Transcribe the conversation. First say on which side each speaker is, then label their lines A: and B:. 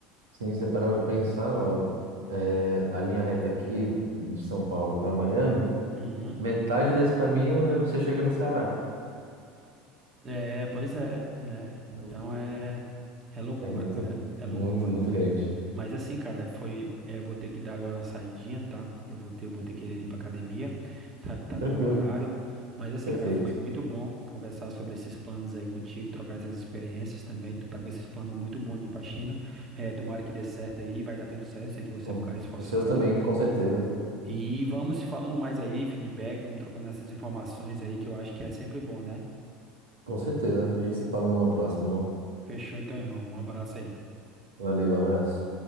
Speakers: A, on the right; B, on the right.
A: sim, se você parar para pensar, ó, é, a linha reta aqui de São Paulo para Miami.
B: Uhum.
A: Metade desse caminho é- você chega no Ceará.
B: É, pois é, né?
A: Então,
B: Então é, é loucura,
A: É muito,
B: cara. É
A: muito,
B: loucura.
A: muito grande.
B: Mas assim, cara, foi. É, eu vou ter que dar agora uma saidinha, tá? Eu vou ter, eu vou ter que ir ali pra academia. <laughs> Tá, tá
A: Tranquilo,
B: no meu horário. Mas assim,
A: perfeito.
B: cara, foi muito bom conversar sobre esses planos aí contigo, trocar essas experiências também. Tu tá com esses planos muito bons de ir pra China. É, tomara que dê certo aí, vai dar tudo certo. Sei que você
A: Bom,
B: é um cara esforçado.
A: os seus também, com certeza.
B: E vamos se falando mais aí, feedback, vamos trocando essas informações aí, que eu acho que é sempre bom, né?
A: Com certeza. A gente se fala numa próxima. Não?
B: Fechou então, irmão. Um abraço aí.
A: Valeu, abraço.